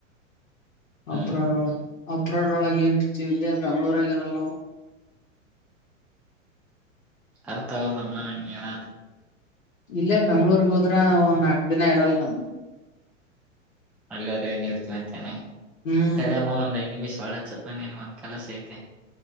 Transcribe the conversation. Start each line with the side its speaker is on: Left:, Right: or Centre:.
Centre: ಹ್ಮ್
Left: ಅಪ್ರಾಡ್ಳಗ್ ಅಪ್ರಾಡ್ ಒಳಗೆ ಏನ್ರ್ತಿವಿ ಇಲ್ಲಿ ಬೆಂಗ್ಗಳೂರ ಆಗಿರಲ್ಲ ನಾವು
Centre: ಅರ್ಥಾವಲ್ಲದಮ್ಮ ನಾ ಯನ
Left: ಇಲ್ಲೇ ಬೆಂಗ್ಳೂರ್ಗ್ ಹೋದ್ರ ಒ ನಾಕ್ ದಿನ ಇರಲ್ ನಾವವು
Centre: ಅಲ್ಲ ಹದ್ರೆಏನ್ ಇಡ್ತೀವಿ ಅಂತೇನೆ
Left: ಹ್ಮ್
Centre: ಕಡಮ್ಮ ಒಂದ್ ಐದ್ ನಿಮಿಷ ಬಾಳ ಚಪ್ ಮನೇನು ಒಂದ್ ಕೆಲಸ ಐತೆ